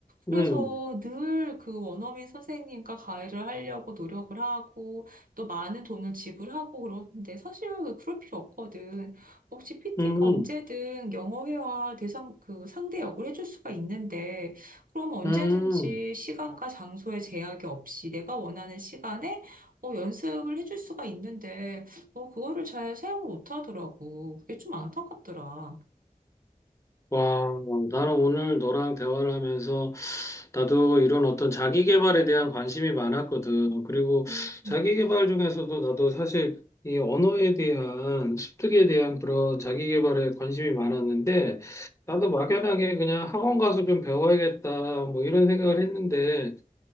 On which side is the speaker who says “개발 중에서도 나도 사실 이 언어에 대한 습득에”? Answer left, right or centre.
Left